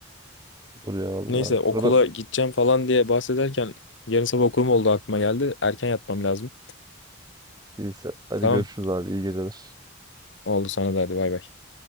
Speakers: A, on the right (about 20°); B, on the left (about 70°).
A: Olur ya valla.
B: Neyse okula
A: Bu kadar.
B: gideceğim falan diye bahsederken yarın sabah okulum oldu aklıma geldi. Erken yatmam lazım.
A: İyiyse. Hadi
B: Tamam
A: görüşürüz abi. İyi geceler.
B: oldu sana da hadi bay bay.